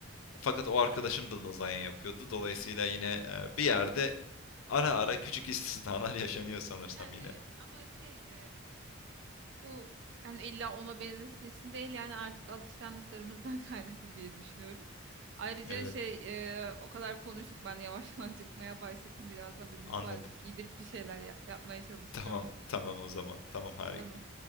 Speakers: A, on the left; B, on the right.
A: Fakat o arkadaşım da lazanya yapıyordu. Dolayısıyla
B: Evet.
A: yine e, bir yerde ara ara küçük istisnalar <laughs> yaşanıyor sanırsam
B: Yani
A: yine.
B: evet ama şey Bu hani illa ona benzesin için değil yani artık alışkanlıklarımızdan <laughs> kaynaklı diye düşünüyorum. Ayrıca
A: Evet,
B: şey e, o kadar konuştuk ben yavaştan <laughs> acıkmaya başladım. Birazdan bir mutfağa
A: anladım.
B: gidip bir şeyler yap- yapmaya çalışacağım.
A: Tamam, tamam o zaman. Tamam harika.
B: Tamam.